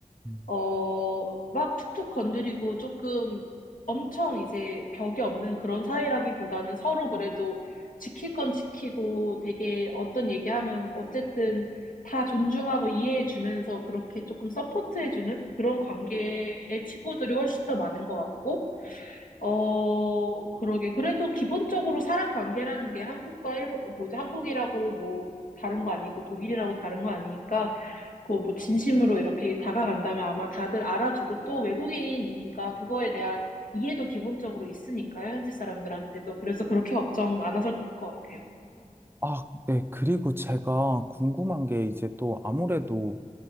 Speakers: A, on the right; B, on the left.
A: 음.
B: 어, 막 툭툭 건드리고 조금 엄청 이제 벽이 없는 그런 사이라기보다는 서로 그래도 지킬 건 지키고 되게 어떤 얘기하면 어쨌든 다 존중하고 이해해주면서 그렇게 조금 서포트해주는 그런 관계의 친구들이 훨씬 더 많은 것 같고, 어, 그러게. 그래도 기본적으로 사람 관계라는 게 한국과 일본, 뭐지, 한국이라고 뭐 다른 거 아니고 독일이라고 다른 거 아니니까, 그거 뭐 진심으로 이렇게 다가간다면 아마 다들 알아주고 또 외국인이니까 그거에 대한 이해도 기본적으로 있으니까요, 현지 사람들한테도. 그래서 그렇게 걱정 안 하셔도 될 것 같아요.
A: 아, 네. 그리고 제가 궁금한 게 이제 또 아무래도